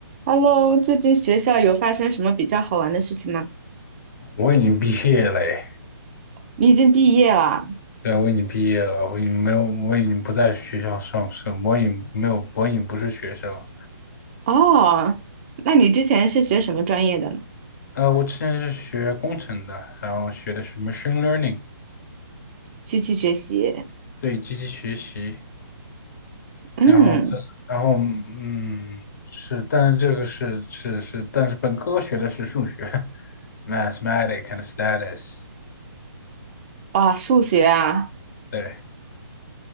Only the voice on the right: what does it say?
Hello，最近学校有发生什么比较好玩的事情吗？
你已经毕业了
哦，那你之前是学什么专业的呢？
机器学习。
嗯，
哇，数学啊，